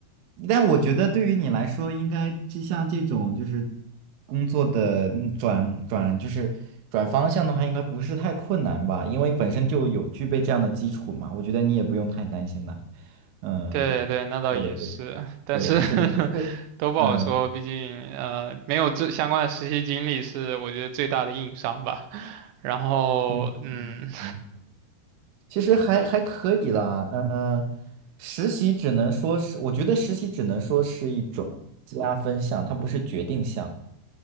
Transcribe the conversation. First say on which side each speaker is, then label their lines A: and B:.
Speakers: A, on the right; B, on the right.
A: 但我觉得对于你来说，应该就像这种就是工作的嗯转转就是转方向的话，应该不是太困难吧？因为本身就有具备这样的基础嘛，我觉得你也不用太担心了，嗯，
B: 对对，那倒也是，
A: 对对
B: 但是
A: 对，是的，
B: <laughs>
A: 就是，
B: 都不好说，
A: 嗯
B: 毕竟呃没有这相关的实习经历是我觉得最大的硬伤吧。<laughs> 然后嗯
A: 嗯嗯。嗯其实还还可以啦，嗯、实习只能说是，我觉得实习只能说是一种加分项，它不是决定项。